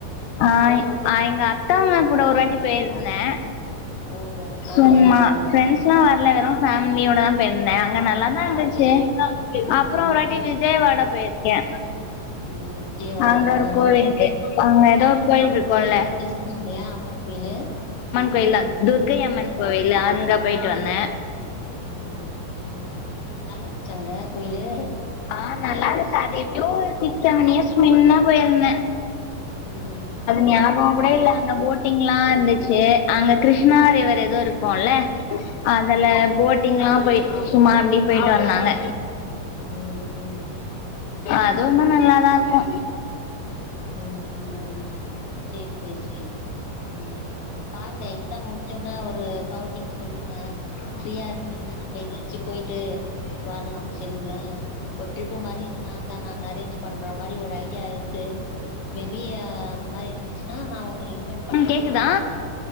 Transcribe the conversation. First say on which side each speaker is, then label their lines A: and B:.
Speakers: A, on the left (about 80°); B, on the left (about 70°).
A: ஹாய் ஆ எங்க அத்த மாமாக்கூட ஒரு வாட்டி பேயிருந்தே
B: ஓ
A: சும்மா
B: ஆ ஆ ஆ
A: ஃப்ரெண்ட்ஸ்லா வரல வெறு ஃபேம்லியோடதா போயிருந்தே அங்க நல்லாத் தா இருந்துச்சு
B: ம்
A: அப்றோ
B: ம்
A: ஒரு வாட்டி விஜயவாடா போயிருக்கே
B: உம் விஜயவாடா
A: அங்க ஒரு
B: ஆ
A: கோவிலுக்கு அங்க ஏதோ
B: ஆமாங்க
A: ஒரு கோயில்
B: அம்மன்
A: இருக்குல்ல
B: கோயில் <unintelligible> அம்மன் தினு
A: கோயிலா துர்க்கையம்மன் கோயிலு அங்க போயிட்டு வந்தே
B: உம் உம் நல்லாருந்துச்சா அங்க கோயிலு
A: ஆ நல்லாருந்ச்சி அது எப்யோ ஒரு சிக்ஸ் செவன் இயர்ஸ் மின்ன போயிருந்தே
B: உம்
A: ஞாபகோ கூட இல்ல அங்க போட்டிங்லா இருந்துச்சி அங்க கிருஷ்ணா ரிவர் எதோ இருக்கூல அதுல
B: ஆமா
A: போட்டிங்லா போயிட் சும்மா அப்டீ போயிட்டு வந்தாங்க
B: உம் உம்
A: அதுவுமே நல்லாதா இருக்கு
B: உம் உம் சேர் சேர் சேர் சேர் ம் பாருங்கே சாம் முடிஞ்சோன ஒரு கவுண்டிங் சொல்லுங்க ஃப்ரீயா இருந்தீங்னா நம்ம எங்கயாச்சு போயிட்டு வர்லா செரிங்ளா ஒரு ட்ரிப்பு மாரி எத நாந்தா நாங்க அரேஞ்ச் பண்ற மாரி ஒரு ஐடியா இருக்கு மேபி அந்மாரி இருந்துச்சுனா நா உங்ள இன்வ
A: ம் கேக்குதா